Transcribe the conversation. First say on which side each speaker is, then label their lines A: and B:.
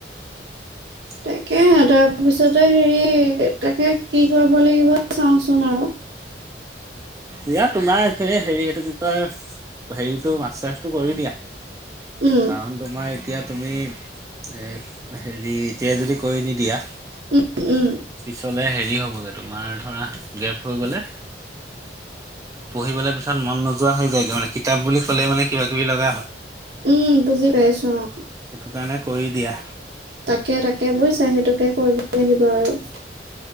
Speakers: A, on the right; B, on the right.
A: তাকেহে, তাৰপিছতে হেৰি তাকে কি কৰিব লাগিব চাওঁচোন আৰু
B: দিয়া তোমাৰ হেৰি এইটো কি কয় হেৰিটো মাষ্টাৰচটো কৰি দিয়া।
A: উম,
B: কাৰণ তোমাৰ এতিয়া তুমি এ হেৰি এতিয়া যদি কৰি নিদিয়া
A: উম, উম।
B: পিছলে হেৰি হ'বগে তোমাৰ ধৰা গেপ হৈ গ'লে পঢ়িবলে পিছত মন নোযোৱা হৈ যায়গে মানে কিতাপ বুলি ক'লে মানে কিবা কিবি লগা হয়।
A: উম বুজি পাইছোঁ অ'।
B: সেইটো কাৰণে কৰি দিয়া।
A: তাকে তাকে বুজিছা সেইটোকে কৰিব লাগিব আৰু।